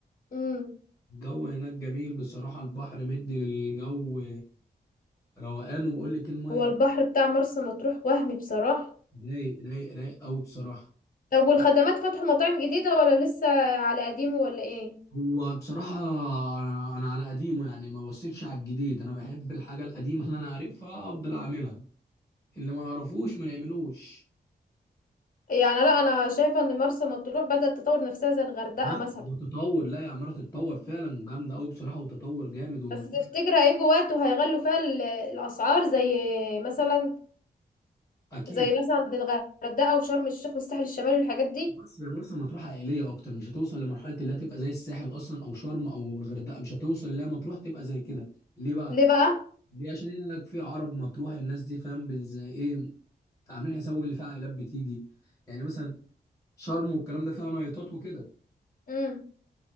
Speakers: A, on the left; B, on the left.
A: امم
B: الجو هناك جميل بصراحه البحر مدي للجو روقان وبقول لك الميه
A: هو البحر بتاع مرسى مطروح وهمي بصراحة
B: رايق رايق رايق قوي بصراحه
A: طب والخدمات فتحوا مطاعم جديدة ولا لسه على قديمه ولا ايه
B: هو بصراحة أنا أنا على قديمه يعني ما بصيتش على الجديد أنا بحب الحاجة القديمة اللي أنا عارفها أفضل أعملها اللي ما نعرفوش ما نعملوش
A: يعني لا انا شايفة ان مرسى مطروح بدأت تطور نفسها زي الغردقة
B: لا
A: مثلا
B: وتطور لا هي عمالة تتطور فعلا وجامدة أوي بصراحة وتطور جامد والموضوع
A: بس تفتكر هيجوا وقت وهيغلوا فيها ال- الاسعار زي مثلا
B: أكيد
A: زي مثلا عند الغردقة وشرم الشيخ والساحل الشمالي والحاجات دي
B: بس هي مرسى مطروح عائلية أكتر مش هتوصل لمرحلة اللي هتبقى زي الساحل أصلا أو شرم أو الغردقة مش هتوصل لا مطروح تبقى زي كده ليه بقى؟
A: ليه بقى
B: ليه عشان هنا لك في عرب مطروح الناس دي فاهم بز- زي إيه عاملين حسابهم اللي فيها عائلات بتيجي يعني مثلا شرم والكلام ده فيها نايتات وكده
A: امم